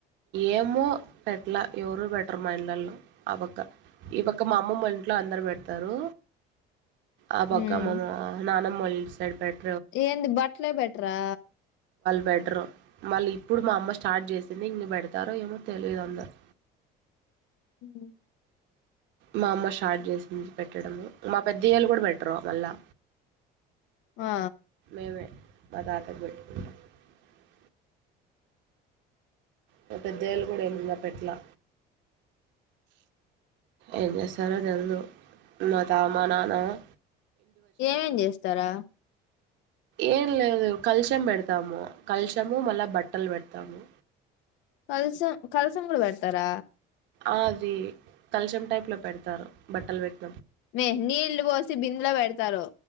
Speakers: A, on the right; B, on the left.
A: ఏమో పెట్లా ఎవరు పెట్టరు మా ఇళ్లల్లో ఆ పక్క ఈ పక్క మా అమ్మమ్మళ్ళింట్లో అందరు పెడతారు. ఆ పక్క
B: హ్మ్
A: అమమ్మ నానమ్ <unintelligible> సైడ్ పేట్
B: ఏంది బట్లే పెట్రా
A: పెట్రు మళ్ళీ ఇప్పుడు మా అమ్మ స్టార్ట్ చేసి ఇన్నీ పెడతారో ఏమో తెలియదు అందరు
B: హు
A: మా అమ్మ స్టార్ట్ చేసింది పెట్టడము మా పెద్దయ్యళ్ళు కూడా బెటరు మళ్ళా
B: ఆ
A: <unintelligible> మా పెద్దయ్యవాళ్ళు కూడా ఏం ఇంగ పెట్లా ఏం చేస్తారో తెలుదు మా తాత నాన్న ఏమో
B: ఎం ఎం చేస్తారు
A: ఏం లేదు కలశము పెడతాము కల్శము మళ్ళా బట్టల్ పెడతాము
B: కలసం కల్స్ కలశం కూడ పెడతారా
A: ఆ అది కల్షం టైప్ లో పెడతారు బట్టలు పెట్టి
B: మే నీళ్లు పోసి బిందులో పెడతారు